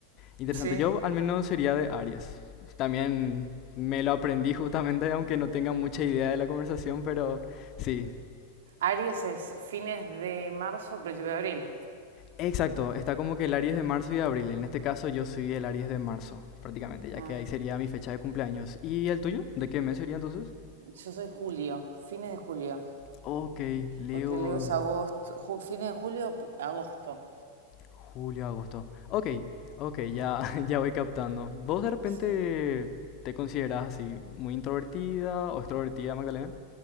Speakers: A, on the left; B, on the right.
A: Interesante.
B: Sí.
A: Yo al menos sería de Aries. También me lo aprendí justamente, aunque no tenga mucha idea de la conversación, pero sí.
B: Aries es fines de marzo, principio de abril.
A: Exacto, está como que el Aries de marzo y de abril. En este caso yo soy el Aries de marzo, prácticamente, ya
B: Ah,
A: que ahí sería mi fecha de cumpleaños. ¿Y el tuyo? ¿De qué mes sería entonces?
B: yo soy julio, fines de julio.
A: Ok, Leo,
B: Porque Leo es agosto, ju- fines de julio, p- agosto.
A: julio, agosto. Ok, ok, ya, <laughs> ya voy captando. ¿Vos de repente
B: Sí.
A: te consideras así muy introvertida o extrovertida, Magdalena?